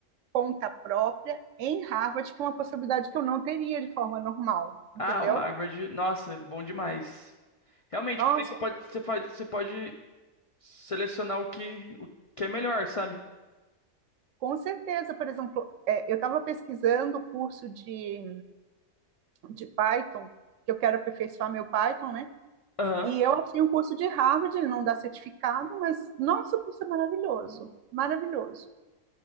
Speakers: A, on the right; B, on the left.
A: conta própria em Harvard, que é uma possibilidade que eu não teria de forma normal, entendeu?
B: ah, o Harvard, nossa, bom demais. Realmente,
A: Nossa,
B: porque você pode, você pode, você pode selecionar o que, o que é melhor, sabe?
A: com certeza, por exemplo, é, eu estava pesquisando o curso de, de Python, que eu quero aperfeiçoar meu Python, né?
B: Aham,
A: E eu achei um curso de Harvard, ele não dá certificado, mas nossa, o curso é maravilhoso, maravilhoso.